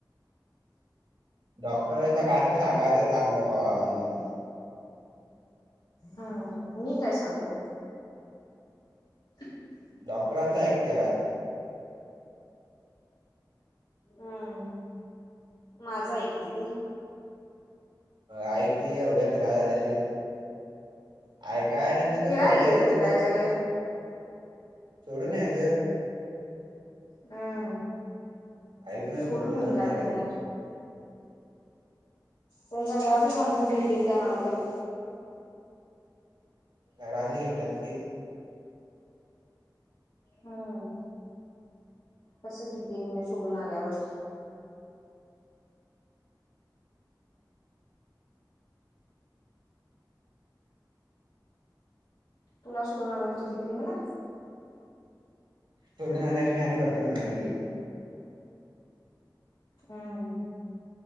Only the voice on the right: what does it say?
डॉक्टर आहेसा काय तर सांग तिला चांगल ह खावा म्हणून,
डॉक्टरांच ऐकत्यात.
ऐकली एवढ्या फिराला त्याशी आय काय नसेल तर
सोडून
येत
तिकडं
सोडून यायचं.
ऐकून
येतो म्हणायचं
घरातले घेेतात की.
सोडून आल्यावर मी आणि परतून येताव की.